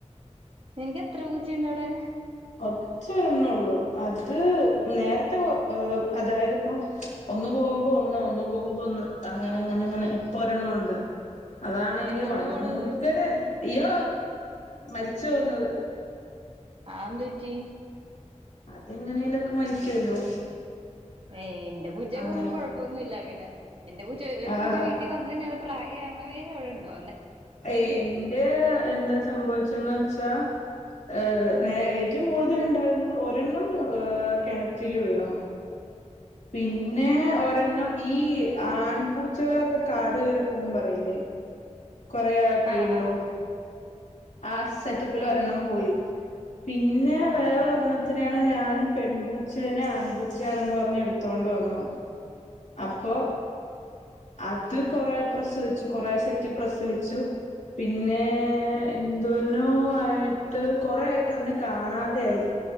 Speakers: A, on the right; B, on the left.
A: നിനക്ക് എത്ര പൂച്ചയുണ്ട അടെ
B: ഒച്ച ഒരെണ് ഉള്ളു അത് നേരത്തെ പോ ഏ അതായത് ഇപ്പം ഒന്ന് പോകുമ്പോ ഒന്ന് ഒന്ന് പോകുമ്പോ ഒന്ന് അങ്ങനെ അങ്ങനെ ഇങ്ങനെ ഇപ്പൊ ഒരെണ്ണംണ്ട് അതാണെങ്കി
A: എങ്ങോട്
B: ഭയങ്കര
A: പോണത്
B: അയ്യോ മരിച്ചു പോന്നത്
A: ആ എന്തറ്റി
B: അതെങ്ങനെേലൊക്കെ മരിക്കുവല്ലോ
A: ഏയ് എന്റെ പൂച്ചോക്ക
B: അങ്ങനെ
A: ഒന്നും കൊഴപ്പമൊന്നും ഇല്ലനെ അ എന്റെ പൂച്ച ഒരു
B: ആഹ്
A: പൂച്ച വീട്ടിൽ വന്ന ഞൻ പ്രായ ആവണേര് അവിടെ ഉണ്ടോെ
B: എറെ എന്താ സംഭവിച്ചന്ന് വെച്ചാ ഏ ഏറ്റവും കൂടുതൽ ഉണ്ടായിരുന്നത് ഒരെണ്ണം ഏ കിണറ്റില് വീണോ പിന്നെ ഒരെണ്ണം ഈ ആൺപൂച്ചകളൊക്കെ കാട് കയറി പോൻ പറയില്ലേ കൊറ കഴിയുമ്പോ
A: ആഹ് ആഹ്
B: ആ സെറ്റപ്പിൽ
A: ആഹ്
B: ഒരെണ്ണം പോയി പിന്നെ
A: ആണോ
B: വേറെ ഒരെണ്ണ നെയാണ് ഞാൻ പെൺപൂച്ചേനെ ആൺപൂച്ചയാണെന്ന് പർഞ്ഞു എടുത്തൊണ്ട് വന്നു അപ്പൊ അത് കൊറേ പ്രസവിച്ചു കൊറെ സെറ്റ് പ്രസവിച്ചു പിന്നെ എന്തോ ആയിട്ട് കൊറെ ആയിട്ട് അതിനെ കാണാതെ ആയി